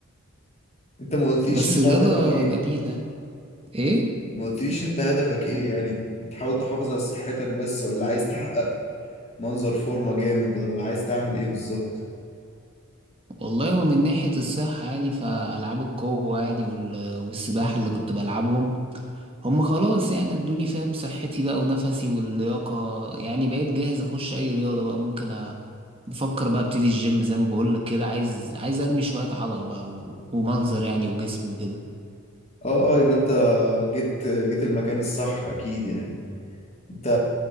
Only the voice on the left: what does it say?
انت ما قلتليش
انت
هدفك ايه
ما قلتليش انت هدفك ايه يعني تحاول تحافظ على صحتك بس ولا عايز تحقق منظر فورمة جامد ولا عايز تعمل ايه بالظبط
اه اه يبقى انت جيت جيت المكان الصح اكيد يعني انت